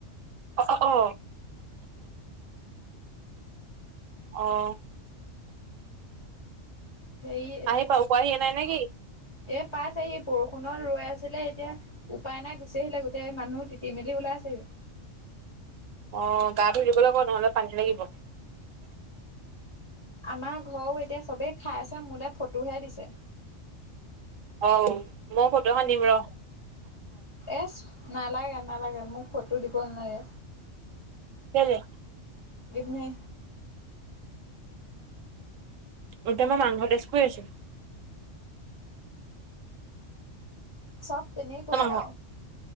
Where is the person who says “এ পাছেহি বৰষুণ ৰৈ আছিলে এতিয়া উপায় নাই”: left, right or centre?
Left